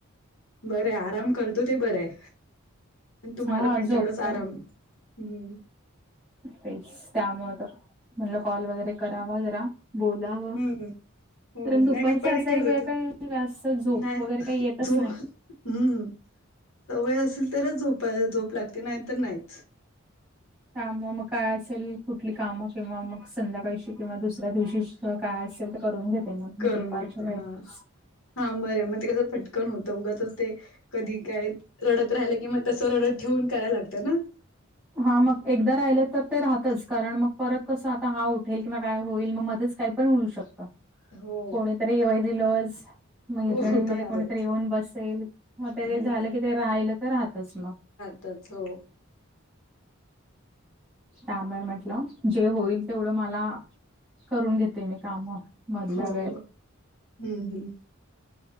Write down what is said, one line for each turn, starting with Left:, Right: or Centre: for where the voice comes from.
Left: बरं आराम करतो ते बर आहे. आणि तुम्हाला
Centre: हा
Left: पण
Centre: झोपतो
Left: तेवढाच आराम हम्.
Centre: तेच त्यामु तर म्हणलं कॉल वगैरे करावा जरा बोलावं
Left: हम्म हो
Centre: कारण दुपारचा
Left: नाही मी पण
Centre: असाही
Left: ठेवत होते.
Centre: वेळ काही जास्त झोप
Left: नाही
Centre: वगैरे काही येतच
Left: झो
Centre: नाही.
Left: हम्म सवय असेल तरच झोपा झोप लागते नाही तर नाहीच.
Centre: त्यामुळे मग काय असेल कुठली कामं किंवा मग संध्याकाळीशी किंवा दुसऱ्या दिवशी काय असेल तर करून घेते मग म
Left: करून
Centre: दुपारच्या
Left: घेते
Centre: वेळेस.
Left: हा हा बरं मग ते कसं पटकन होतं उगाच ते कधी काय रडत राहिलं कि मग तसं रडत ठेवून करायला लागतं ना.
Centre: हा मग एकदा राहिलं तर ते राहतच कारण मग परत कसं आता हा उठेल किंवा काय होईल मग मध्येच काही पण होऊ शकत. का
Left: हो
Centre: कोणीतरी येवय दिलोज मैत्रणीमध्ये
Left: हो ते आहेच.
Centre: कोणीतरी येऊन बसेल म ते
Left: ह
Centre: झालं की ते राहिलं तर राहतच मग
Left: त्याच हो
Centre: त्यामुळे म्हटलं जे होईल तेवढं मला करून घेते मी काम मधल्या वेळेत
Left: हो हम्म हम्म.